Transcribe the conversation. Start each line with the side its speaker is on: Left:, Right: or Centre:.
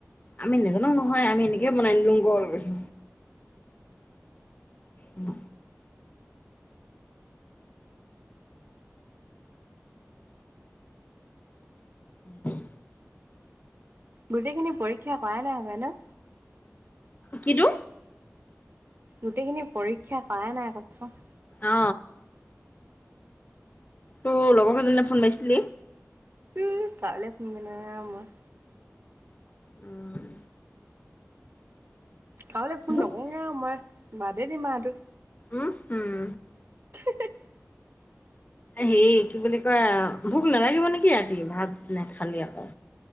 Left: আমি নাজানোং নহয় আমি এনেকে বনাই দিলুং ক কৈছো উম উম
Right: গোটেইখিনি পৰীক্ষা কৰাই নাই হপাই ন
Left: কিটু
Right: গোটেইখিনি পৰীক্ষা কৰা নাই কৈছুং
Left: অ তোৰ লগৰ কেইজনিলে ফোন মাইছিলি?
Right: উম কাৰুলে ফুন কৰি থকা নাই মই
Left: উম
Right: কাবলে ফোন
Left: উম
Right: নকোগে আৰু মই বাদেই দিম আওঁও এইটো
Left: উম উম
Right: থিহি
Left: হে কি বুলি কয় ভোক নালাগিব নেকি ৰাতি ভাত নে খালি আকৌ